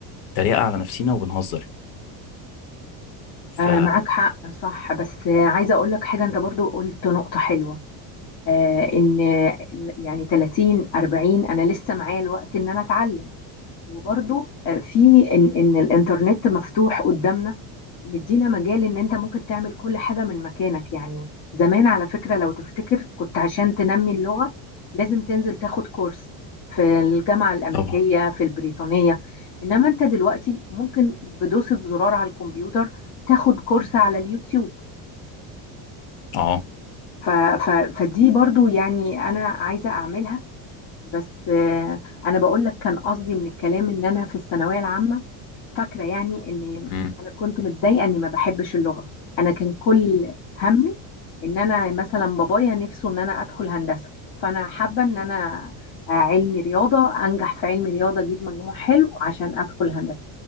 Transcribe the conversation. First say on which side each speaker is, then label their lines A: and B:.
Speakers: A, on the left; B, on the left.
A: تريقه على نفسنا وبنهزر ف
B: آه معاك حق صح بس آه، عايزة اقول لك حاجة انت برضو قلت نقطة حلوة آه ان يعني 30 40 انا لسه معايا الوقت ان انا اتعلم وبرضه في ان ان الانترنت مفتوح قدامنا مدينا مجال ان انت ممكن تعمل كل حاجه من مكانك يعني زمان على فكره لو تفتكر كنت عشان تنمي اللغه لازم تنزل تاخد كورس في الجامعه الامريكيه
A: طبعا
B: في البريطانيه انما انت دلوقتي ممكن بدوسه زرار على الكمبيوتر تاخد كورس على اليوتيوب
A: اه
B: ف ف فدي برضو يعني انا عايزه اعملها بس آه، انا بقول لك كان قصدي من الكلام ان انا في الثانويه العامه فاكرة يعني إن
A: مم.
B: أنا كنت متضايقة إني ما بحبش اللغة أنا كان كل همي إن أنا مثلا بابايا نفسه إن أنا أدخل هندسة فأنا حابة إن أنا آه، علمي رياضة أنجح في علمي رياضة أجيب مجموع حلو عشان أدخل هندسة